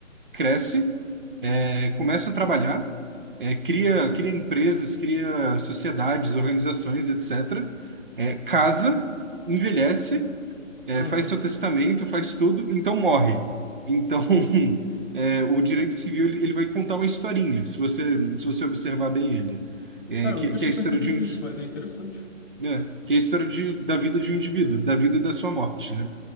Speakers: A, on the right (about 40°); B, on the left (about 55°).
A: cresce, é, começa a trabalhar, é, cria, cria empresas, cria sociedades, organizações, etc. é, casa, envelhece, é,
B: aham.
A: faz seu testamento, faz tudo, então morre. Então, <laughs> é, o direito civil ele, ele vai contar uma historinha, se você, se você observar bem ele, é,
B: Cara,
A: que,
B: eu nunca
A: que
B: tinha
A: é a história
B: percebido
A: de um,
B: isso, mas é interessante.
A: né, que é a história de, da vida de um indivíduo, da vida e da sua morte, né?